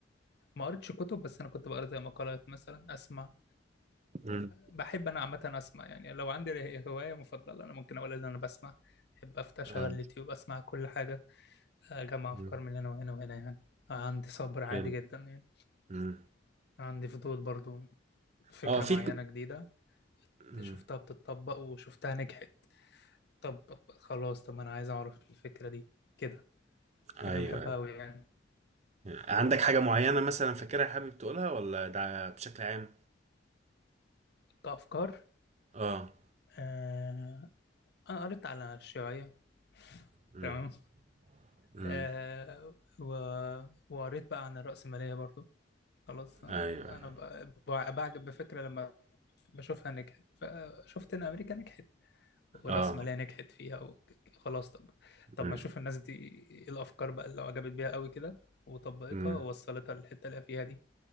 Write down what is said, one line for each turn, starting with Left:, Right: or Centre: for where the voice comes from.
Left: ما قريتش كتب بس انا كنت بقرا زي مقالات مثلا اسمع
Right: مم.
Left: بحب انا عامه اسمع يعني لو عندي ره- هوايه مفضله انا ممكن اقول ان انا بسمع بحب افتح اشغل
Right: اه
Left: اليوتيوب اسمع كل حاجه اجمع
Right: مم.
Left: افكار من هنا وهنا وهنا يعني عندي صبر عادي
Right: حلو
Left: جدا يعني
Right: مم.
Left: عندي فضول برضو فكره
Right: اه في
Left: معينه
Right: ك-
Left: جديده
Right: مم.
Left: شفتها بتتطبق وشفتها نجحت طب خلاص طب ما انا عايز اعرف الفكره دي كده حاجه
Right: أيوه
Left: انا بحبها
Right: أيوة.
Left: قوي يعني
Right: يعني عندك حاجة معينة مثلا فاكرها حابب تقولها ولا ده بشكل عام؟
Left: كافكار
Right: اه
Left: آه انا قريت على الشيوعيه
Right: مم.
Left: تمام
Right: مم.
Left: آه و... وقريت بقى عن الرأسمالية برضو خلاص آه،
Right: أيوه أيوة.
Left: انا ب- ب- بعجب بفكره لما بشوفها نجحت فشفت ان امريكا نجحت والرأسمالية
Right: اه
Left: نجحت فيها وخلاص طب طب
Right: مم.
Left: ما اشوف الناس دي ايه الافكار بقى اللي عجبت بيها قوي كده وطبقتها
Right: مم.
Left: ووصلتها للحته اللي هي فيها دي